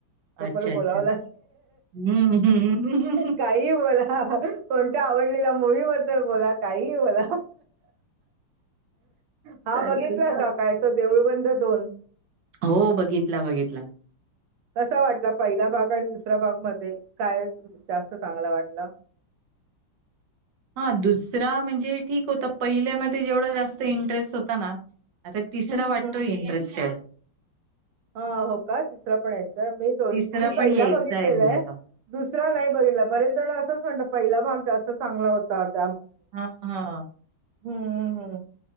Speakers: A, on the right; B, on the right.
A: तो
B: अच्छा
A: पण बोलावला
B: अच्छा हम्म हम्म
A: काही बोला कोणता. आवडलेल्या मुूवीबद्दल बला काही म हा
B: चालेल
A: बघितला का काय त ब. दोन.
B: हो बघितला बघितला.
A: कसा वाटला पहिला भाग आणि दुसऱ्या भाग मध्ये काय जास्त चांगला वाटला.
B: हां, दुसरा म्हणजे ठीक होता पहिल्यामध्ये जेवढा जास्त इंटरेस्ट होता ना. आता तिसरा
A: हम्म
B: वाटतोय इंटरेस्टेड.
A: हा हो का तिसरं पण यायचं मी दोन
B: तिसरा
A: मी पहिला
B: पण यायचा
A: बघितलेलंय
B: आहे म्हणजे आता.
A: दुसरा नाही बघला बरेच जण असंच म्हणतात पहिला भाग जास्त चांगला होताात.
B: हा हा.
A: हम्मम हम्.